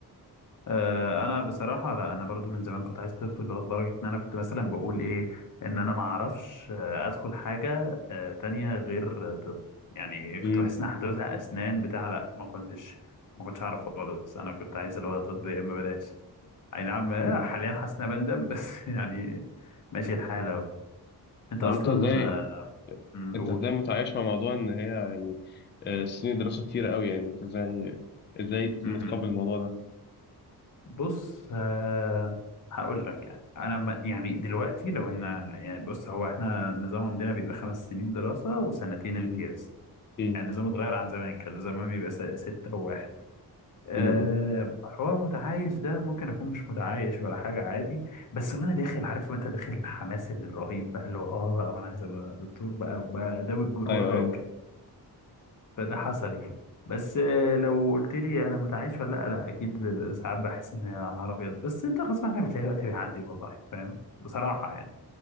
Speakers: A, on the left; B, on the left.
A: آه، انا بصراحه لا انا برضو من زمان كنت عايز طب اللي هو لدرجه ان انا كنت مثلا بقول ايه ان انا ما اعرفش آه، ادخل حاجه آه، تانية غير آه، طب يعني
B: مم.
A: كنت بحس ان أنا هتوزع اسنان بتاع لا ما كنتش ما كنتش اعرف خالص انا كنت عايز اللي هو طب يا اما بلاش اي نعم آه،
B: <laughs>
A: حاليا حاسس إن أنا بندم <laughs> بس يعني ماشي الحال اهو انت
B: طب
A: اصلا
B: انت ازاي
A: اه آه، مم،
B: انت
A: قول
B: ازاي متعايش مع موضوع ان هي يعني آه، سنين دراسة كتيرة قوي يعني انت ازاي ازاي
A: مم.
B: متقبل
A: بت-
B: الموضوع ده
A: بص آه، هقول لك يعني انا ما- يعني دلوقتي لو ان يعني بص هو احنا النظام عندنا بيبقى خمس سنين دراسة وسنتين امتياز
B: مم. مم.
A: يعني النظام اتغير عن زمان كان زمان بيبقى س- ستة وواحد أه
B: مم.
A: حوار متعايش ده ممكن أكون مش متعايش ولا حاجة عادي بس وأنا داخل عارف وأنت داخل الحماس اللي الرهيب بقى اللي هو آه بقى وأنا عايز أبقى دكتور بقى وبقى داوي الجروح
B: ايوه
A: بقى
B: ايوه
A: فده حصل يعني بس آه، لو قلت لي انا متعايش ولا لا لا اكيد ساعات بحس ان يا نهار ابيض بس انت غصب عنك بتلاقي الوقت بيعدي والله فاهم بصراحه يعني